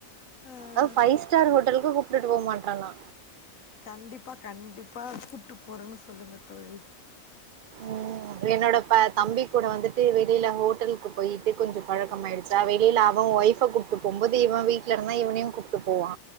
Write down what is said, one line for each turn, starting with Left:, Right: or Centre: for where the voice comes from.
Left: அஹ்,
Right: அது ஃபைவ் ஸ்டார் ஹோட்டல்க்கு கூப்ட்டுட் போ மாட்றன்னா
Left: கண்டிப்பா கண்டிப்பா கூப்ட்டு போறேனு சொல்லுங்க தோழி
Right: உம் என்னோட ப தம்பி கூட வந்துட்டு வெளில ஹோட்டல்க்கு போயிட்டு கொஞ்சோ பழக்கமாயிடுச்சா வெளில அவ ஒய்ஃப கூப்ட்டு போம்போது இவ வீட்ல இருந்தா இவனயு கூப்ட்டு போவா